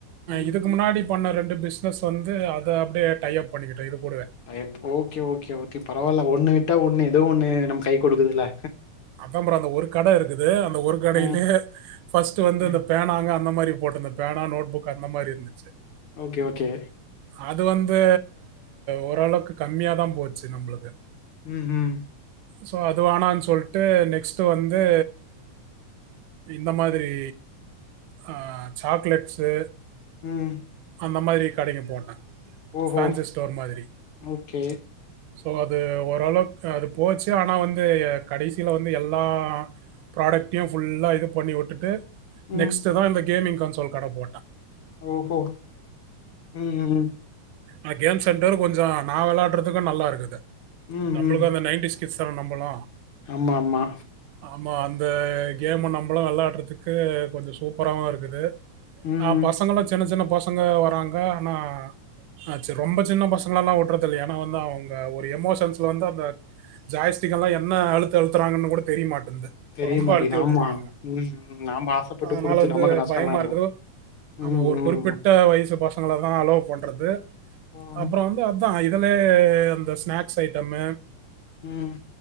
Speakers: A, on the left (about 60°); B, on the right (about 85°).
A: ம்
B: இதுக்கு
A: ம்
B: முன்னாடி பண்ண ரெண்டு பிஸ்னஸ் வந்து அத அப்டியே டை யப் பண்ணிக்கிட்டது தா இது கூடவே
A: tie up okay okay okay பரவால்ல ஒண்ணு விட்டா ஒண்ணு எதோ ஒண்ணு நம்க் கை கொடுக்குதுல்ல
B: அதா ப்ரோ அந்த ஒரு கட இருக்குது அந்த ஒரு கடைலே
A: அ,
B: ஃபஸ்ட்டு வந்து
A: அ.
B: இந்த பேனாங்க அந்த மாரி போட்டுந்த பேனா நோட் புக் அந்த மாரி இருந்துச்சு
A: ஓகே ஓகே
B: அது வந்து ஓரளவுக்கு கம்மியா தா போச்சு நம்ளுக்கு
A: ம் ம்
B: சோ அது வேனா சொல்ட்டு நெக்ஸ்ட்டு வந்து இந்த மாதிரி ஆ சாக்லேட்ஸு
A: ம்
B: அந்த மாதிரி கடைக்கு போட்டே
A: ஓஹோ!
B: ஃபேன்சி ஸ்டோர் மாதிரி
A: ஓகே.
B: சோ அது ஓரளவுக்கு அது போச்சு ஆனா வந்து கடைசில வந்து எல்லா ப்ராடக்ட்டையு ஃபுல்லா இது பண்ணி விட்டுட்டு
A: ம்.
B: நெக்ஸ்ட்டு தா இந்த கேமிங் கன்சோல் கட போட்டே
A: ஓஹோ ம் ம்
B: ஆ கேம் சென்டர் கொஞ்சொ நா வெளாடுறதுக்கு நல்லா இருக்குது
A: ம்,
B: நம்ப்ளுக்கு
A: ம்.
B: அந்த நை கிட்ஸ் தானே நம்பலா
A: ஆமா ஆமா
B: ஆமா அந்த கேமு நம்பளு வெளாட்றதுக்கு கொஞ்சொ சூப்பராவு இருக்குது
A: ம்.
B: ஆ பசங்களு சின்ன சின்ன பசங்க வராங்க ஆனா அ செர் ரொம்ப சின்ன பசங்கள எல்லா வுட்றது இல்ல ஏன்னா வந்து அவுங்க ஒரு எமோஷன்ஸ்ல வந்து அந்த ஜாய்ஸ்டிக் எல்லா என்ன அழுத்து அழுத்துறாங்கன்னு கூட தெரியமாட்டெந்து
A: தெரிய
B: ரொம்ப
A: மாட்டேங்குது.
B: அழுத்தி வுட்டுறாங்க
A: ஆமா. ம், ம். நாம ஆசைப்பட்டு
B: அதுனால
A: குடுத்து
B: வந்து
A: நமக்கு நஷ்டமாயிடும்.
B: பயமா இருக்குதோ
A: ம்,
B: ஆமா ஒரு
A: ம்,
B: குறிப்பிட்ட வயசு பசங்கள தா அலோ பண்றது
A: ம்,
B: அப்பறொ வந்து தா இதுலே அந்த ஸ்நாக்ஸ் ஐட்டம்மு
A: ம்